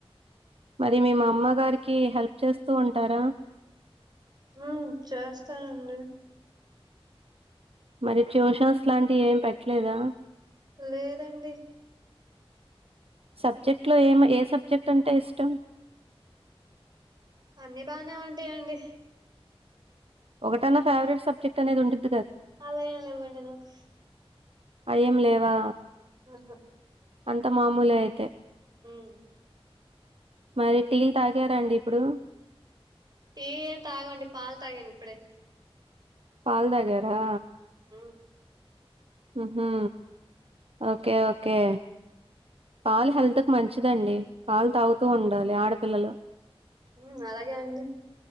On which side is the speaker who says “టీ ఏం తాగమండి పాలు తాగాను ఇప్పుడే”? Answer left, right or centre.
Right